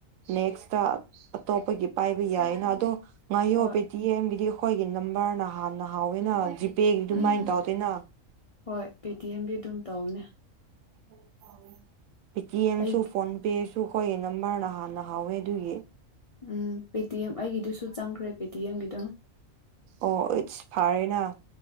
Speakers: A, on the right; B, on the left.
A: ꯅꯦꯛꯁꯇ ꯑꯇꯣꯞꯄꯒꯤ ꯄꯥꯏꯕ ꯌꯥꯏꯅ ꯑꯗꯣ ꯉꯥꯏꯑꯣ
B: ꯍꯣꯏ
A: ꯄꯤꯇꯤꯑꯦꯝꯒꯤꯗꯤ ꯑꯩꯈꯣꯏꯒꯤ ꯅꯝꯕꯔꯅ ꯍꯥꯟꯅ ꯍꯥꯎꯋꯦꯅ ꯖꯤꯛ ꯇꯤ ꯑꯗꯨꯃꯥꯏꯅ
B: ꯎꯝ
A: ꯇꯧꯗꯦꯅ
B: ꯍꯣꯏ ꯄꯔꯤꯠ ꯗꯤ ꯑꯦꯝꯒꯤ ꯑꯗꯨꯝ ꯇꯧꯅꯤ
A: ꯍ ꯀꯅꯤ <inaudible> <unintelligible> ꯄꯦꯇꯤꯑꯦꯝꯁꯨ
B: ꯑꯩ
A: ꯐꯣꯟ ꯄꯦ ꯁꯨ ꯑꯩꯈꯣꯏꯒꯤ ꯅꯝꯕꯔꯅ ꯍꯥꯟꯅ ꯍꯥꯎꯋꯦ ꯑꯗꯨꯒꯤ
B: ꯎꯝ ꯄꯦ ꯇꯤ ꯑꯦꯝ ꯑꯩꯒꯤꯗꯨꯁꯨ ꯆꯪꯈ꯭ꯔꯦ ꯄꯦ ꯇꯤ ꯑꯦꯝꯒꯤꯗ
A: ꯑꯣ ꯏꯠꯁ ꯐꯔꯦꯅ